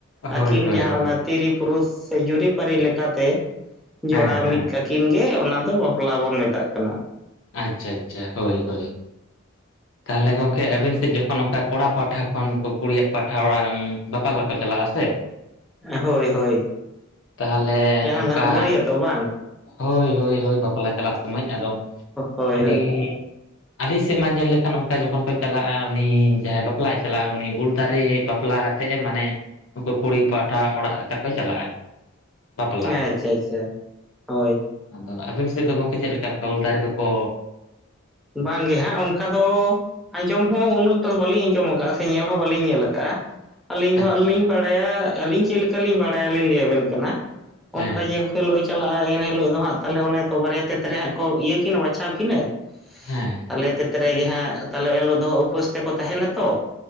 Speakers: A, on the left; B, in the centre.
A: ᱦᱳᱭ
B: ᱟᱹᱠᱤᱱ
A: ᱦᱳᱭ
B: ᱡᱟᱦᱟᱸ
A: ᱦᱳᱭ
B: ᱚᱱᱟ ᱛᱤᱨᱤ ᱯᱩᱨᱩᱥ ᱥᱮ ᱡᱩᱨᱤᱯᱟᱹᱨᱤ ᱞᱮᱠᱟᱛᱮ ᱡᱚᱲᱟᱣ
A: ᱦᱮᱸ ᱦᱮᱸ
B: ᱢᱤᱫ ᱠᱟᱹᱠᱤᱱ, ᱠᱤᱱ ᱜᱮ ᱚᱱᱟ ᱫᱚ ᱵᱟᱯᱞᱟ ᱵᱚᱱ ᱢᱮᱛᱟᱜ ᱠᱟᱱᱟ᱾
A: ᱟᱪᱪᱷᱟ ᱟᱪᱪᱷᱟ ᱦᱳᱭ ᱦᱳᱭ, ᱛᱟᱦᱚᱞᱮ ᱜᱚᱝᱠᱮ ᱟᱵᱮᱱ ᱥᱮᱫ ᱡᱚᱠᱷᱚᱱ ᱚᱱᱠᱟ ᱠᱚᱲᱟ ᱯᱟᱦᱴᱟ ᱠᱷᱚᱱ ᱠᱩᱲᱤᱭᱟᱜ ᱯᱟᱴᱟ ᱚᱲᱟᱜ ᱵᱟᱯᱟᱞᱟᱠᱚ ᱪᱟᱞᱟᱜᱼᱟ ᱥᱮ,
B: ᱦᱳᱭ ᱦᱳᱭ
A: ᱛᱟᱦᱚᱞᱮ
B: ᱡᱟᱦᱟᱸ
A: ᱚᱱᱠᱟ
B: ᱫᱚ ᱦᱟᱸᱜ ᱵᱟᱹᱨᱭᱟᱹᱛᱚᱜ ᱵᱟᱝ
A: ᱦᱳᱭ ᱦᱳᱭ ᱦᱳᱭ ᱵᱟᱯᱞᱟ ᱪᱟᱞᱟᱜ ᱥᱚᱢᱚᱭ ᱟᱫᱚ
B: ᱦᱳᱭ
A: ᱩᱱᱤ
B: ᱦᱳᱭ
A: ᱟᱹᱞᱤᱧ ᱥᱮᱫ ᱢᱟ ᱧᱮᱞ ᱞᱮᱠᱷᱟᱱ ᱚᱱᱠᱟ ᱡᱚᱠᱷᱚᱱ ᱠᱚ ᱪᱟᱞᱟᱜᱼᱟ ᱩᱱᱤ ᱡᱟᱦᱟᱸᱭ ᱵᱟᱯᱞᱟᱭ ᱪᱟᱞᱟᱜᱼᱟ ᱩᱱᱤ ᱩᱞ ᱫᱟᱨᱮ ᱵᱟᱯᱞᱟᱜᱼᱟ᱾ ᱛᱮᱦᱮ ᱢᱟᱱᱮ ᱩᱱᱠᱩ ᱠᱩᱲᱤ ᱯᱟᱦᱴᱟ ᱚᱲᱟᱜ ᱛᱟᱠᱚᱭ ᱪᱟᱞᱟᱜᱼᱟᱭ, ᱵᱟᱯᱞᱟ
B: ᱦᱮᱸ ᱟᱪᱪᱷᱟ ᱟᱪᱪᱷᱟ ᱦᱳᱭ᱾
A: ᱟᱫᱚ ᱟᱹᱵᱤᱱ ᱥᱮᱫ ᱫᱚ ᱜᱚᱝᱠᱮ ᱪᱮᱫ ᱞᱮᱠᱟ ᱩᱞ ᱫᱟᱨᱮ ᱠᱚᱠᱚ
B: ᱵᱟᱝᱜᱮ ᱦᱟᱸᱜ ᱚᱱᱠᱟ ᱫᱚ ᱟᱸᱡᱚᱢ ᱦᱚᱸ ᱩᱱ ᱚᱠᱛᱚ ᱫᱚ ᱵᱟᱹᱞᱤᱧ ᱟᱸᱡᱚᱢ ᱟᱠᱟᱫᱼᱟ᱾ ᱧᱮᱞ ᱦᱚᱸ ᱵᱟᱞᱤᱧ ᱧᱮᱞ ᱟᱠᱟᱜᱼᱟ ᱟᱹᱞᱤᱧ ᱫᱚ
A: ᱟᱪᱪᱷᱟ
B: ᱦᱟᱜ ᱞᱤᱧ ᱵᱟᱲᱟᱭᱟ ᱟᱹᱞᱤᱧ ᱪᱮᱫ ᱞᱮᱠᱟ, ᱞᱤᱧ ᱵᱟᱲᱟᱭᱞᱤᱧ ᱞᱟᱹᱭᱟᱵᱮᱱ ᱠᱟᱱᱟ
A: ᱦᱮᱸ
B: ᱚᱱᱠᱟ ᱡᱮ ᱠᱷᱮᱞᱳ ᱪᱟᱞᱟᱜᱼᱟ ᱮᱱ ᱦᱤᱞᱳᱜ ᱫᱚ ᱦᱟᱸᱜ ᱛᱟᱦᱚᱞᱮ ᱚᱱᱮ ᱛᱚ ᱵᱟᱨᱭᱟ ᱛᱮᱛᱨᱮ ᱦᱟᱸᱜ ᱠᱚ ᱤᱭᱟᱹ ᱠᱤᱱᱟ ᱵᱟᱪᱷᱟᱣ ᱠᱤᱱᱟᱹ
A: ᱦᱮᱸ
B: ᱛᱟᱦᱟᱞᱮ ᱮᱛᱨᱮ ᱜᱮᱦᱟᱸᱜ ᱛᱟᱦᱞᱮ ᱮᱱᱦᱤᱞᱳᱜ ᱫᱚ ᱦᱟᱸᱜ ᱩᱯᱟᱹᱥ ᱛᱮᱠᱚ ᱛᱟᱦᱮᱱᱟᱛᱚ,